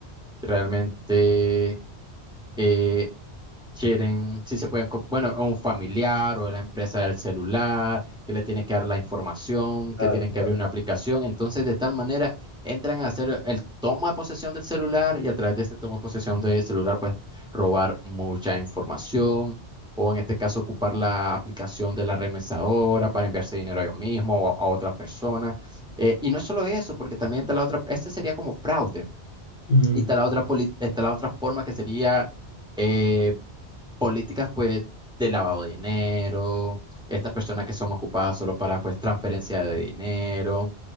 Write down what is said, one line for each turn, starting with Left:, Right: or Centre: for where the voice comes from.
Centre: realmente eh, quieren, si se pueden, co- bueno, o un familiar o de la empresa del celular, que le tienen que dar la información,
Left: Claro,
Centre: que tienen
Left: claro.
Centre: que abrir una aplicación. Entonces, de tal manera, entran a hacer el toma de posesión del celular y a través de este toma de posesión del celular, pues robar mucha información. O en este caso, ocupar la aplicación de la remesadora para enviarse dinero a yo mismo o a, a otra persona. Eh, y no es solo eso, porque también está la otra, este sería como fraude.
Left: Ujú.
Centre: Y está la otra, poli- está la otra forma que sería eh, políticas pues de lavado de dinero, estas personas que son ocupadas solo para pues transferencia de dinero